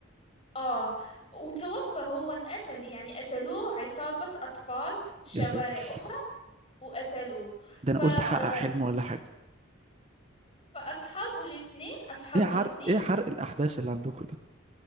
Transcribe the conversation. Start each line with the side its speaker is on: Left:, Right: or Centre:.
Left: آه وتوفى هو انقتل يعني قتلوه عصابة أطفال شوارع
Right: يا ساتر
Left: أخرى وقتلوه
Right: ده
Left: ف...
Right: انا
Left: آه،
Right: قلت احقق حلم ولا حاجه
Left: فأصحابه الاثنين أصحابه
Right: ايه حرق
Left: الاثنين
Right: ايه حرق الاحداث اللي عندكم ده